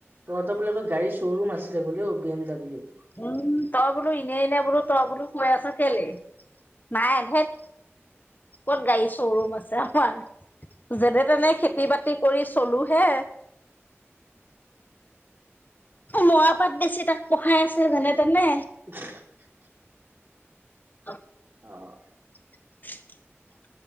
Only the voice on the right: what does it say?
তহতৰ বোলে আকৌ গাড়ী শ্বৰুম আছে বুলি অ বি এম ডাব্লিউ।
<unintelligible>
অ'।